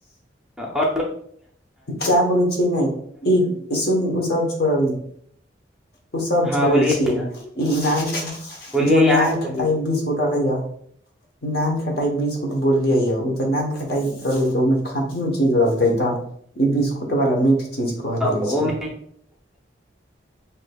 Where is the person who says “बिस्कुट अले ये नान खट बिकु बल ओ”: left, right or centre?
Left